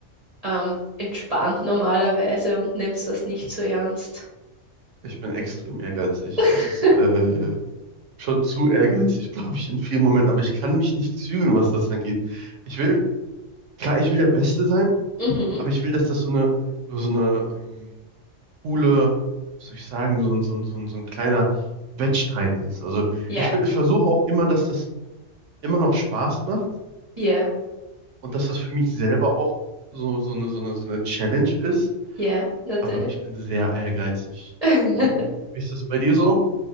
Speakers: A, on the right; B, on the right.
A: ähm, entspannt normalerweise und nimmst das nicht so ernst?
B: Ich bin extrem ehrgeizig.
A: <laughs>
B: Das ist äh, schon zu ehrgeizig, glaube ich, in vielen Momenten. Aber ich kann mich nicht zügeln, was das angeht. Ich will, klar, ich will der Beste sein,
A: Mhm.
B: aber ich will, dass das so eine, so eine ähm, coole, was soll ich sagen, so, ein- so, ein- so, ein- so ein kleiner Wettstreit ist. Also
A: Ja,
B: ich, will- ich versuche auch immer, dass das immer noch Spaß macht
A: ja,
B: und dass das für mich selber auch so, so eine, so eine, so eine Challenge ist.
A: ja, natürlich.
B: Aber ich bin sehr ehrgeizig.
A: <laughs>
B: Hm, Wie ist das bei dir so?